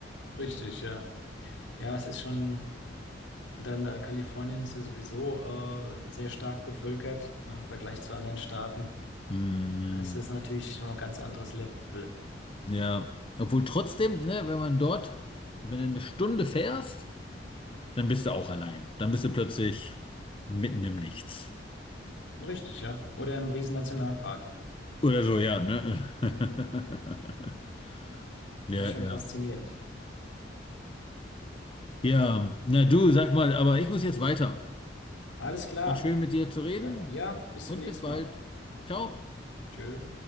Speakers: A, on the left; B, on the left.
A: Richtig, ja. Ja, es ist schon. Und dann äh, Kalifornien ist ja sowieso äh, sehr stark bevölkert ne, im Vergleich zu anderen Staaten.
B: Hm,
A: Da ist das natürlich schon mal ein ganz anderes Level.
B: ja, obwohl trotzdem, ne, wenn man dort, wenn du eine Stunde fährst, dann bist du auch allein. Dann bist du plötzlich mitten im Nichts.
A: Richtig, ja. Oder ein riesen Nationalpark.
B: Oder so, ja, ne? <laughs> Ja,
A: Ja, ist schon
B: ja.
A: faszinierend.
B: Ja, na du, sag mal, aber ich muss jetzt weiter.
A: Alles klar.
B: War schön mit dir zu reden
A: Da, ja, bis
B: und
A: zum nächsten
B: bis bald.
A: Mal.
B: Ciao.
A: Tschö.